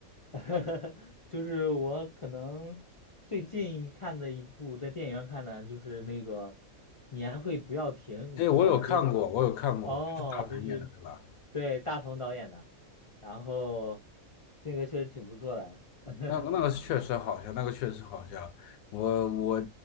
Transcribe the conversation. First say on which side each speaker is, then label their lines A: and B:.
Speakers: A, on the left (about 45°); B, on the left (about 85°).
A: <laughs> 就是我可能最近看的一部在电影院看的，就是那个《年会不要停》，你听过吗？
B: 哎，我有看过，
A: 就
B: 我有看过，
A: 哦，
B: 是大鹏演的，
A: 就是
B: 对吧？
A: 对大鹏导演的，然后那个确实挺不错的，<laughs>
B: 那个那个确实好笑，那个确实好笑。我我